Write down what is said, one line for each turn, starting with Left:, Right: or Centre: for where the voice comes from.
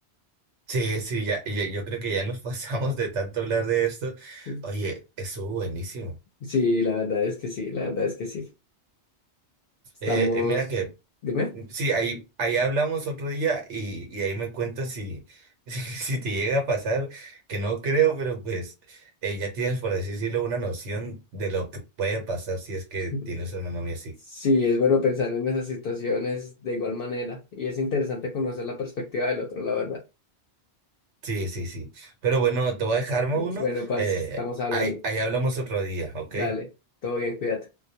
Right: Sí, sí, ya, ya- yo creo que ya nos <laughs> pasamos de tanto hablar de esto.
Left: Sí.
Right: Oye, estuvo buenísimo.
Left: Sí, la verdad es que sí, la verdad es que sí. Estamos,
Right: Eh, eh, mira que
Left: dime.
Right: Mm, Sí, ahí, ahí hablamos otro día y, y ahí me cuentas si, <laughs> si, si te llega a pasar, que no creo, pero pues eh, ya tienes, por así decirlo, una noción de lo que puede pasar si es que
Left: <laughs>
Right: tienes una novia así.
Left: Sí, es bueno pensar en esas situaciones de igual manera y es interesante conocer la perspectiva del otro, la verdad.
Right: Sí, sí, sí. Pero bueno, te voy a dejar uno.
Left: Bueno, parce,
Right: Eh,
Left: estamos hablando.
Right: ahí, ahí hablamos otro día, ¿ok?
Left: Dale, todo bien, cuídate.